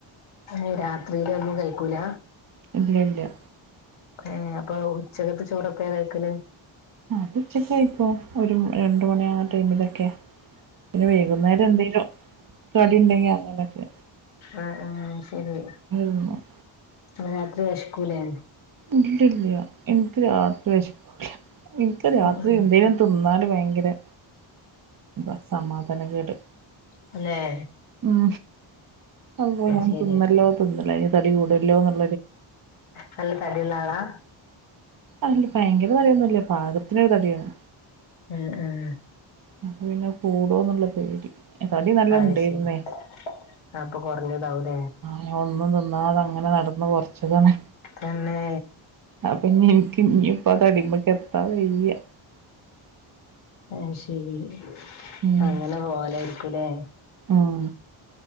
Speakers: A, on the left (about 80°); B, on the right (about 45°).
A: ഏ രാത്രിലൊന്നും കയ്ക്കൂല.
B: ഇല്ല ല്ല
A: ഏ അപ്പൊ ഉച്ചകത്തെ ചോറെപ്പഴാ കൈക്കല്.
B: അത് ഉച്ചക്ക് കഴിക്കും ഒരു മണി രണ്ട് മണി ആകാ - ടൈമിലൊക്കെ പിന്നെ വൈകുന്നേരം എന്തേലും കടി ഇണ്ടെങ്കി അങ്ങനെക്കെ.
A: അ ആ ശരി
B: തിന്നും
A: അ രാത്രി വെഷ്ക്കൂലേ.
B: ഇല്ല്യല്ല്യ ഇൻക്ക് രാത്രി വെശക്കൂലാ ഇൻക്ക് രാത്രി
A: ഉം ഉം
B: എന്തേയ്ലൊന്ന് തിന്നാല് ഭയങ്കരെ അഹ് സമാദാനക്കേട്
A: തന്നേ
B: ഉം അഹ് ഇന്ന് ഞാൻ
A: ശരി
B: തിന്നല്ലോ തിന്നലോ ഇനി തടി കൂടൊല്ലോ ന്ന്ള്ള
A: നല്ല തടിള്ള ആളാ
B: അങ്ങനെ ഭയങ്കര തടിയൊന്നും ഇല്ല പാകത്തിനൊര് തടിയേണ്
A: ഉം ഉം
B: അപ്പ പിന്നെ അഹ് കൂടോന്ന്ള്ള പേടി. തടി നല്ല
A: അഹ്
B: ഇണ്ടേരുന്നേ
A: ശരി അഹ് പ്പൊ കൊറഞ്ഞതാവും ല്ലേ.
B: ഞാ ഒന്നും തിന്നാതെ അങ്ങനെ നടന്ന് കൊറച്ചതാണ്.
A: തന്നെ
B: അപ്പൊ ഇഞ് ഇൻക്ക് ഇനി ഇപ്പൊ ആ തടിമ്മെക്ക്‌ എത്താൻ വെയ്യ
A: അയ് ശരി
B: ഉം
A: അങ്ങനെ പോവലേര്ക്കും ല്ലേ
B: ഉം